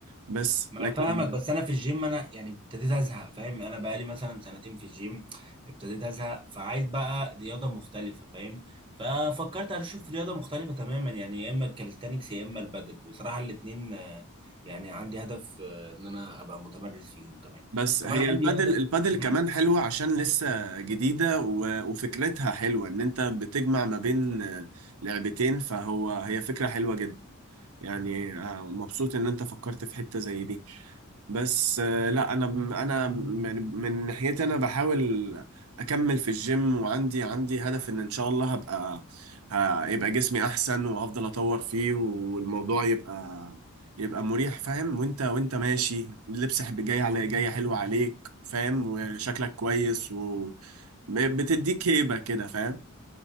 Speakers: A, on the right; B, on the right.
A: بس
B: ما
A: لكن
B: انا فاهمك بس انا في الجيم انا يعني ابتديت ازهق فاهم انا بقالي مثلا سنتين في الجيم ابتديت ازهق فعايز بقى رياضه مختلفه فاهم ففكرت اشوف رياضه مختلفه تماما يعني يا اما الكاليستانكس يا اما البادل بصراحه الاثنين يعني عندي هدف آه، ان انا ابقى متمرس فيهم كمان
A: بس
B: كمان
A: هي البادل
B: عندي هدف
A: البادل
B: مم.
A: كمان حلوة عشان لسه جديدة و- وفكرتها حلوة ان انت بتجمع ما بين لعبتين فهو هي فكرة حلوة جدا يعني آه، مبسوط ان انت فكرت في حتة زي دي بس آه، لا انا انا يعني من ناحيتي انا بحاول اكمل في الجيم وعندي عندي هدف ان ان شاء الله هبقى هيبقى جسمي احسن وافضل اطور فيه والموضوع يبقى يبقى مريح فاهم وانت وانت ماشي اللبس حب- جاي على جاي حلو عليك فاهم وشكلك كويس و بتديك هيبة كده فاهم